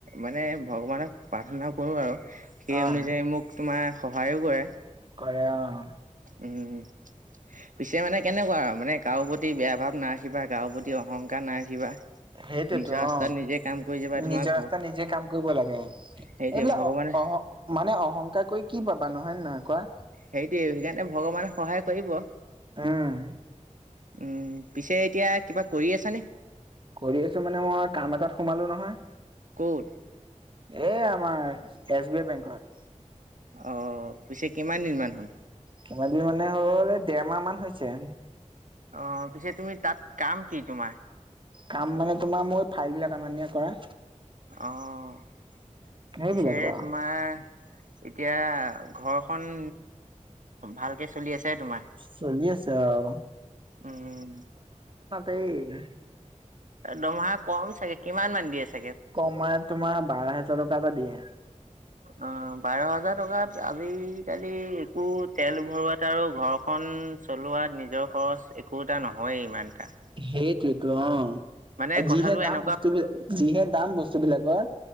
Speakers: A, on the right; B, on the right.
A: মানে ভগৱানক প্ৰাৰ্থনা কৰোঁ আৰু সেই
B: অ',
A: অনুযায়ী মোক তোমাৰ সহায়ো কৰে।
B: কৰে অ।
A: উম পিছে মানে কেনেকুৱা আৰু মানে কাৰো প্ৰতি বেয়া ভাৱ নাৰাখিবা কাৰো প্ৰতি অহংকাৰ নাৰাখিবা।
B: সেইটোৱেইটো
A: নিজৰ ৰাস্তাত
B: অ
A: নিজে কাম কৰি যাবা তোমাক
B: নিজৰ ৰাস্তাত নিজে কাম কৰিব লাগে।
A: সেইটোৱে
B: এইবিলাক
A: ভগৱানে
B: অহ মানে অহংকাৰ কৰি কি পাবা হয় নে নহয় কোৱা?
A: হেইটোৱেই সেইকাৰণে ভগৱানে সহায় কৰিব।
B: উম।
A: উম পিছে এতিয়া কিবা কৰি আছানে?
B: কৰি আছোঁ মানে মই কাম এটাত সোমালোঁ নহয়।
A: ক'ত
B: এ আমাৰ এছ বি আই বেংকত।
A: অ পিছে কিমান দিনমান হ'ল।
B: ধেমালি মানে হ'ল ডেৰমাহ মান হৈছে।
A: অ' পিছে তুমি তাত কাম কি তোমাৰ?
B: কাম মানে তোমাৰ মোৰ ফাইল বিলাক অনা-নিয়া কৰা।
A: অঁ,
B: সেইবিলাকে
A: পিছে
B: আৰু।
A: তোমাৰ এতিয়া ঘৰখন ভালকৈ চলি আছে তোমাৰ?
B: চলি আছে আও,
A: উম
B: <unintelligible>
A: দৰমহা কম চাগে, কিমান মান দি আছে?
B: কম মানে তোমাৰ বাৰ হেজাৰ টকা এটা দিয়ে।
A: অ', বাৰ-হাজাৰ টকাত আজি-কালি একো তেল ভৰোৱাত আৰু ঘৰখন চলোৱাত নিজৰ খৰচ একো এটা নহয়ে ইমান এটা।
B: সেইটোয়েতো অ',
A: মানে
B: যিহে
A: কথাটো
B: দাম
A: এনেকুৱা
B: বস্তুবিলাক যিহে দাম বস্তুবিলাকৰ।